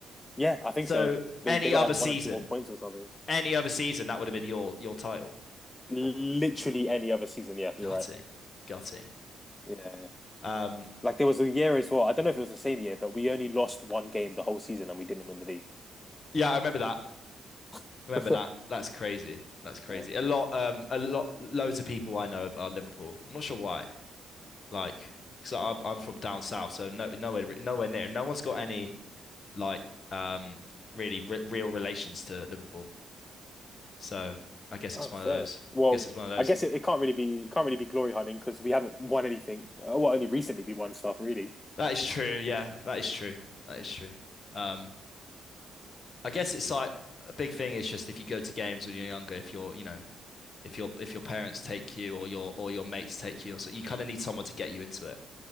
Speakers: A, on the left; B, on the left.
A: yeah, I think
B: So
A: so. They
B: any
A: they got
B: other
A: like
B: season,
A: one or two more points or something.
B: any other season, that would have been your your title.
A: Literally any other season. Yeah,
B: Gutting,
A: you're right.
B: gutting.
A: Yeah,
B: Um,
A: like there was a year as well. I don't know if it was the same year, but we only lost one game the whole season and we didn't win the league.
B: yeah, I remember that.
A: <laughs>
B: Remember that? That's crazy. That's crazy.
A: Yeah.
B: A lot, um, a lot, loads of people I know are Liverpool. I'm not sure why. Like, because I'm I'm from down south, so no, nowhere, nowhere near. No one's got any like, um, really re real relations to Liverpool. So I guess
A: Oh,
B: it's one
A: fair.
B: of those.
A: Well,
B: I guess it's one of those.
A: I guess it, it can't really be it can't really be glory hunting because we haven't won anything. Uh, Well, only recently we won stuff really.
B: That is true. Yeah, that is true. That is true. Um, I guess it's like a big thing is just if you go to games when you're younger, if you're, you know, if your if your parents take you or your or your mates take you, or so you kind of need someone to get you into it.